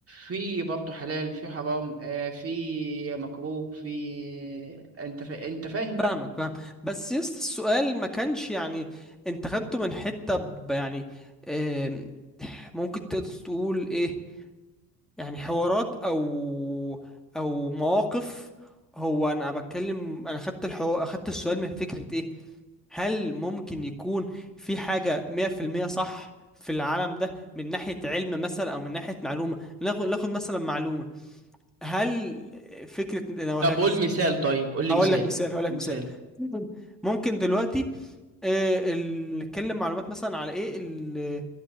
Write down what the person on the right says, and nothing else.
في برضه حلال في حرام آه، في مكروه في انت فا... انت فاهم
بقى
طب
قول مثال طيب قول لي
مثال
مثال